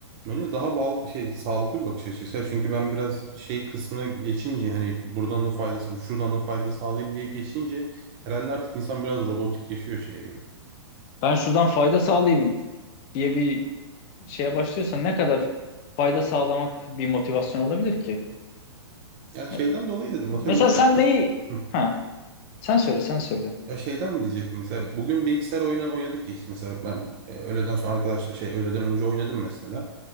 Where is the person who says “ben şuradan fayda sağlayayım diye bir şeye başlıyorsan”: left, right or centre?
Left